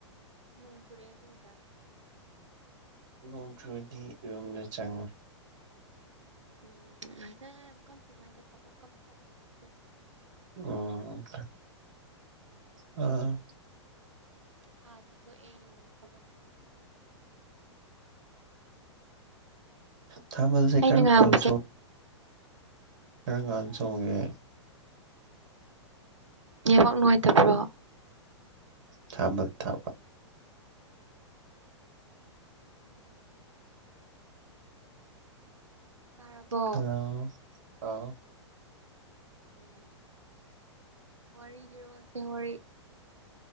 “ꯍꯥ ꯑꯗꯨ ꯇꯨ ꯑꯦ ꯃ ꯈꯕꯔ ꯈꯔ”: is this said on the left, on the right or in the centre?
Right